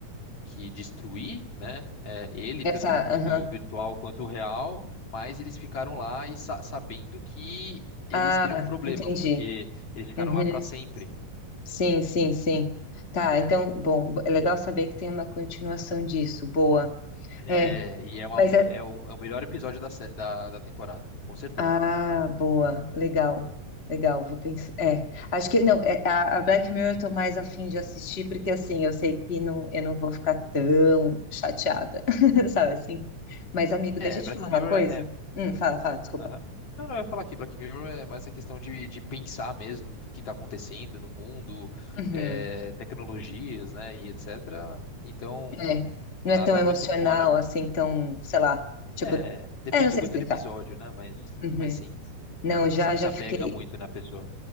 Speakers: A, on the left; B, on the left.
A: que destruir, né? é, ele,
B: Essa,
A: tanto no mundo
B: aham.
A: virtual quanto real, mas eles ficaram lá e sa- sabendo que eles
B: Ah,
A: teriam um problema,
B: entendi.
A: porque eles ficaram
B: Uhum.
A: lá para sempre.
B: Sim, sim, sim. Tá, então, bom, é legal saber que tem uma continuação disso. Boa.
A: É,
B: É,
A: e é, uma-
B: mas
A: é-
B: é.
A: é o, é o melhor episódio da, sé- da, da temporada, com certeza.
B: Ah, boa, legal. Legal, vou pensar. É, acho que não, é, a, a Black Mirror eu tô mais afim de assistir, porque assim, eu sei que não, eu não vou ficar tão chateada, <laughs> sabe assim? Mas, amigo,
A: É,
B: deixa eu
A: Black
B: te falar uma
A: Mirror
B: coisa.
A: é. é,
B: Hum, fala, fala, desculpa.
A: aham. Não, não, eu ia falar aqui, Black Mirror é mais a questão de, de pensar mesmo do que está acontecendo no mundo,
B: Uhum.
A: é, tecnologias, né, e etc. Então,
B: É, não
A: nada
B: é tão emocional
A: muito fora
B: assim, tão, sei lá, tipo,
A: É, depende
B: é, não sei
A: muito
B: explicar.
A: do episódio, né? Mas,
B: Uhum.
A: mas sim,
B: Não,
A: C-
B: já
A: você não
B: já
A: se apega
B: fiquei.
A: muito na pessoa.